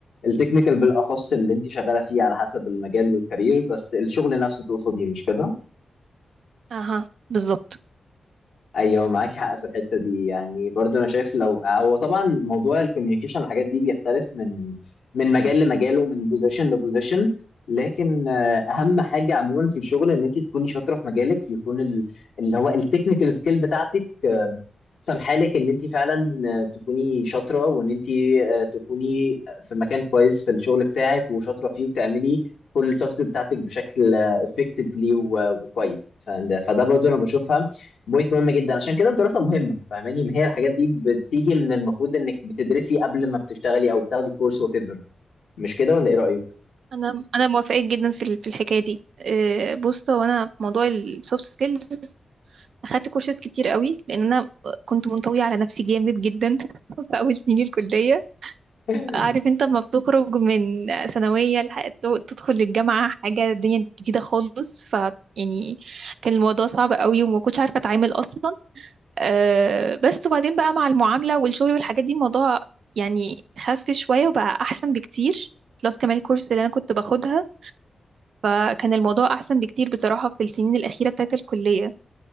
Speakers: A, on the left (about 80°); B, on the right (about 85°).
A: التكنيكال بالاخص اللي انت شغاله فيه على حسب المجال والكارير بس الشغل نفسه تقصدي مش كده
B: اها بالظبط
A: ايوه معاك حق في الحته دي يعني برضه انا شايف لو هو طبعا موضوع الكوميونيكيشن والحاجات دي بيختلف من من مجال لمجال ومن بوزيشن لبوزيشن لكن آه، اهم حاجه عموما في الشغل ان انت تكوني شاطره في مجالك يكون ال- اللي هو التكنيكال سكيل بتاعتك آه، سامحالك ان انت فعلا آه، تكوني شاطره وان انت آه، تكوني في مكان كويس في الشغل بتاعك وشاطره فيه وتعملي كل التاسك بتاعتك بشكل افكتفلي وكويس فده فده برضه انا بشوفها بوينت مهم جدا عشان كده الدراسه مهمه فاهماني ما هي الحاجات دي بتيجي من المفروض انك بتدرسي قبل ما بتشتغلي او بتاخدي كورس وات ايفر مش كده ولا ايه رايك
B: انا انا موافقه جدا في ال- في الحكايه دي آه، بص هو انا في موضوع السوفت سكيلز اخدت كورسات كتير قوي لان انا كنت منطويه على نفسي جامد جدا <laughs> في اول سنين الكليه
A: <laughs>
B: عارف انت لما بتخرج من ثانويه لح- تدخل الجامعه حاجه الدنيا جديده خالص ف يعني كان الموضوع صعب قوي وما كنتش عارفه اتعامل اصلا آه، بس وبعدين بقى مع المعامله والشغل والحاجات دي الموضوع يعني خف شويه وبقى احسن بكتير بلس كمان الكورس اللي انا كنت باخدها فكان الموضوع أحسن بكتير بصراحة في السنين الأخيرة بتاعت الكلية